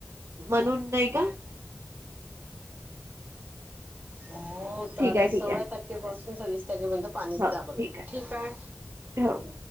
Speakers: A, on the right; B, on the right.
A: म्हणून नाही का?
B: हो तर
A: ठीक
B: आता
A: आहे
B: सोळा
A: ठीक आहे
B: तारखे खेपासून सव्वीस तारखेपर्यंत पाणीच
A: हो
B: दाखवलंय.
A: ठीक हाय,,
B: आहे.
A: ठेव.